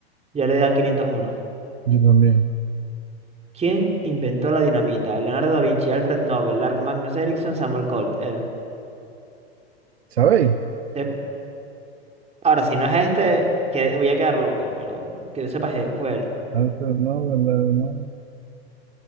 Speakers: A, on the right; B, on the right.
A: Ya le di al quinientos uno
B: Yo también.
A: ¿Quién inventó la dinamita? Leonardo da Vinci, Alfred Nobel, Lark Magnus Ericsson, Samuel Colt. Él.
B: ¿Sabéis?
A: Te- Ahora, si no es este, que voy a quedar loco, pero que yo sepa que fue él.
B: Alfred Nobel, la- no,